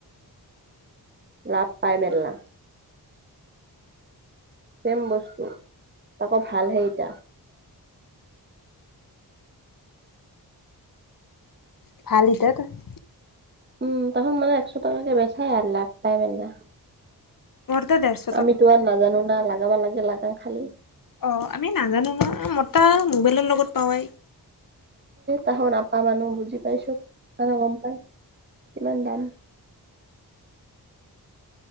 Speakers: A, on the left (about 55°); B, on the right (about 25°).
A: । <inaudible>
B: লাভ পাই মেলনা। চছেম বস্তু আকৌ ভাল হে এতিয়া।
A: <unintelligible>
B: উম' তাৰপিছত মানে একশ টকাকে বেচাই আৰু লাভ পাই মানে।
A: <unintelligible>
B: আমিতো আৰু নাজানোঁ না লাগাবা লাগে, লাগাম খালি।
A: অহ আমি নাজানোঁ ন মতা মোবাইলৰ লগত পাৱেই।
B: তাহৰ আপা মানুহ বুজি পাই চব। মানে গম পাই। কিমান দাম।